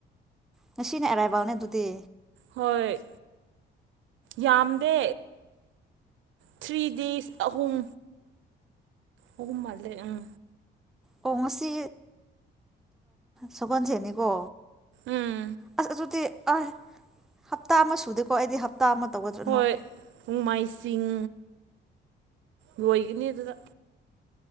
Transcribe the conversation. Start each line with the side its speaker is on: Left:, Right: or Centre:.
Centre: ꯉꯁꯤꯅ ꯑꯔꯥꯏꯕꯜꯅꯦ ꯑꯗꯨꯗꯤ
Right: ꯍꯣꯏ ꯌꯥꯝꯗꯦ ꯊ꯭ꯔꯤ ꯗꯦꯖ ꯑꯍꯨꯝ ꯑꯍꯨꯝ ꯃꯥꯂꯦ ꯑꯝ
Centre: ꯑꯣ ꯉꯁꯤ ꯁꯒꯣꯜꯁꯦꯟꯅꯤꯀꯣ
Right: ꯎꯝ
Centre: ꯑꯁ ꯑꯗꯨꯗꯤ ꯑ ꯍꯞꯇꯥ ꯑꯃ ꯁꯨꯗꯦꯀꯣ ꯑꯩꯗꯤ ꯇꯥ ꯑꯃ <unintelligible> ꯇꯧꯒꯗ꯭ꯔꯥꯅꯣ
Right: ꯍꯣꯏ ꯅꯣꯡꯃꯥꯏꯁꯤꯡ ꯂꯣꯏꯒꯅꯤ ꯑꯗꯨꯗ